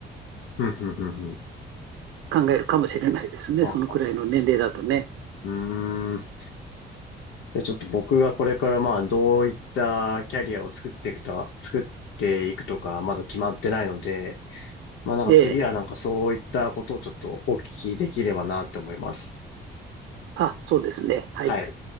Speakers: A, on the left; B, on the right.
A: ふんふんふんふん。
B: 考えるかもしれないですね。
A: ははは。
B: そのくらいの年齢だとね。
A: うーん。じゃあちょっと僕がこれからまあどういったキャリアを作っていくとか、作っていくとかまだ決まってないので、まあなんか次はなんかそういったことをちょっとお聞きできればなって思います。
B: ええ。あ、そうですね。はい。
A: はい。